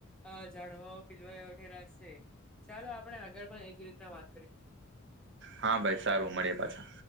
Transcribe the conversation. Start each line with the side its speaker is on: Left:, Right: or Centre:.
Centre: અ જાડવા પીલવાઠેલા છે. ચાલો આપણે આગળ પણ એજ રીતના વાત કરી
Right: હા, ભાઈ સારુ મળ્યે, પાછા